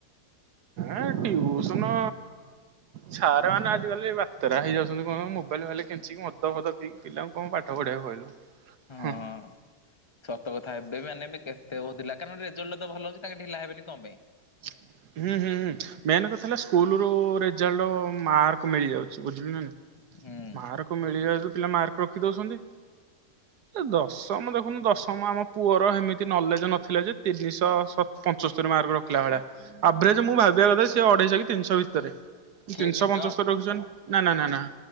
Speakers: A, on the right; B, on the left.
A: ଏ ଟ୍ୟୁସନ ସାର୍ ମାନେ ଆ ଆଜି କାଲି ବାତେ ହେଇଯାଉଛନ୍ତି କଣ ମୋବାଇଲ ଭାଲି କେଞ୍ଚିକି ମଦ ଫଦ ପିକି ପିଲାଙ୍କୁ କଣ ପାଠ ପଢେଇବ କହିଲ।
B: ହଁ
A: ହୁଁ।
B: ହଁ। ସତ କଥା ଏବେ ବି ମାନେବେ କେତେ ହଉଥିଲା କାରଣ ରେଜଲ୍ଟ ତ ଭଲ ହଉଛି ତାଙ୍କ ଢିଲା ହେବେନି କଣ ପାଇଁ।
A: <inaudible> ହୁଁ ହୁଁ ହୁଁ ମେନ୍ କଥା ହେଲା ସ୍କୁଲ ରୁ ରେଜଲ୍ଟଟ ମାର୍କ ମିଳିଯାଉଛି ବୁଝିଲୁ ନା।
B: ହୁଁ।
A: ହାରକୁ ମିଳି ଯାଉଛି ପିଲା ମାର୍କ ରଖି ଦଉଛନ୍ତି। ଦଶମ ଦେଖୁନୁ ଦଶମ ଆମ ପୁଅର ଏମିତି ନଲେଜ ନଥିଲା ଯେ ତିନିଶହ ସତ୍ ପଞ୍ଚସ୍ତରୀ ମାର୍କ ରଖିଲା ଭଳିଆ ଆଭରେଜ ମୁଁ ଭାବିବା କଥା ସିଏ ଅଢେଇଶହ କି ତିନିଶହ ଭିତରେ।
B: କିଏ
A: ତିନିଶହ
B: ଚିଣ୍ଟ
A: ପଞ୍ଚସ୍ତର ରଖିଛନ୍ତି ନା ନା ନା ନା।